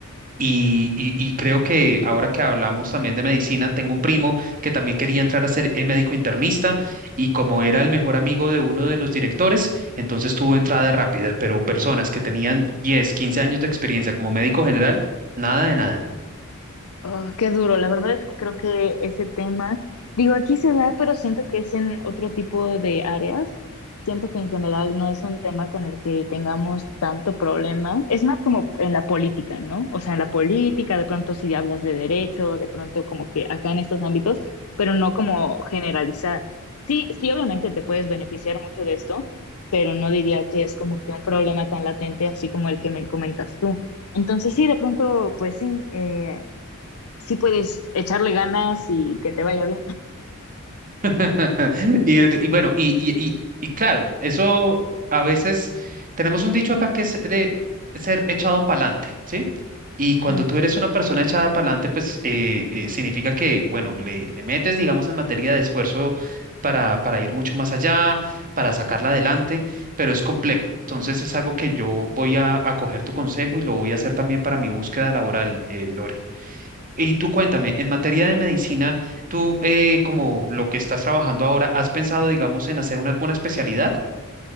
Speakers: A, on the right (about 40°); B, on the left (about 75°).
A: Y, y- y creo que ahora que hablamos también de medicina, tengo un primo que también quería entrar a ser eh, médico internista y como era el mejor amigo de uno de los directores, entonces tuvo entrada rápida, pero personas que tenían 10 15 años de experiencia como médico general, nada de nada.
B: Oh, qué duro, la verdad es que creo que ese tema, digo, aquí se da, pero siento que es en otro tipo de áreas. Siento que en general no es un tema con el que tengamos tanto problema. Es más como en la política, ¿no? O sea, en la política, de pronto si hablas de derecho, de pronto como que acá en estos ámbitos, pero no como generalizar. Sí, sí, obviamente te puedes beneficiar mucho de esto, pero no diría que es como que un problema tan latente así como el que me comentas tú. Entonces sí, de pronto, pues sí, eh, sí puedes echarle ganas y que te vaya bien.
A: <laughs> Y, de- y bueno, y, y, y, y claro, eso a veces tenemos un dicho acá que es de ser echado pa'lante, ¿sí? Y cuando
B: Mm.
A: tú eres una persona echada pa'lante, pues eh, eh, significa que, bueno, le, le metes, digamos, en materia de esfuerzo para, para ir mucho más allá, para sacarla adelante, pero es complejo. Entonces es algo que yo voy a, a coger tu consejo y lo voy a hacer también para mi búsqueda laboral, eh, Lore. Y tú cuéntame, en materia de medicina, tú eh, como lo que estás trabajando ahora, ¿has pensado, digamos, en hacer una, alguna especialidad?